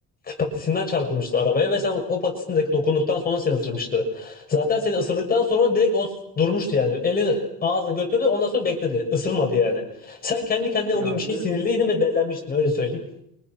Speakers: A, on the left; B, on the right.
A: patisinden çarpılmıştı arabaya ve sen o patisindeki dokunduktan sonra seni ısırmıştı. Zaten seni ısırdıktan sonra direkt o durmuştu yani. Elini ağzını götürdü ondan sonra bekledi. Isırmadı yani. Sen kendi kendine
B: Ya
A: o gün bir şey
B: bir de
A: sinirliydin ve dellenmiştin öyle söyleyeyim.